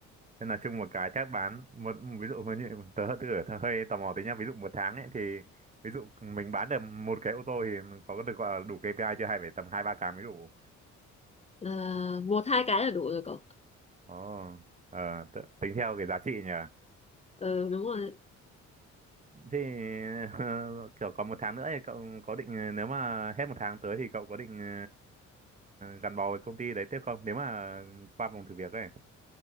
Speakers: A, on the right; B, on the left.
A: nên là chung một cái chắc bán một ví dụ như tớ tự tớ hơi tò mò tí nhá ví dụ một tháng ấy thì ví dụ mình bán được một cái ô tô thì mình có được gọi là đủ KPI chưa hay phải tầm hai ba cái mới đủ
B: Ờ, một hai cái là đủ rồi cậu
A: ồ ờ tự- tính theo cái giá trị nhỉ
B: ừ, đúng rồi
A: thì <laughs> kiểu còn một tháng nữa thì cậu có định nếu mà hết một tháng tới thì cậu có định ờ, gắn bó với công ty đấy tiếp không nếu mà qua vòng thử việc ấy